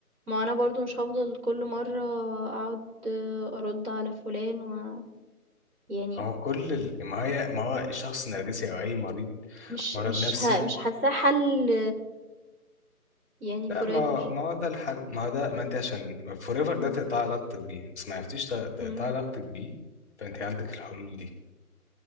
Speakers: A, on the right; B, on the left.
A: ما هو أنا برضه مش هافضل كل مرة أقعد أرُد على فلان و يعني
B: ما هو كل ال... ما هي ما هو الشخص النرجسي أو أي مريض
A: مش
B: مرض
A: مش
B: نفسي
A: ه مش حاساه حل يعني
B: لا
A: forever.
B: ما ما هو ده الحل ما هو ده ما أنت عشان فور ايفر ده
A: إمم،
B: تقطع علاقتك بيه بس ما عرفتيش تق- تقطع
A: إمم.
B: علاقتك بيه فأنت عندك الحلول دي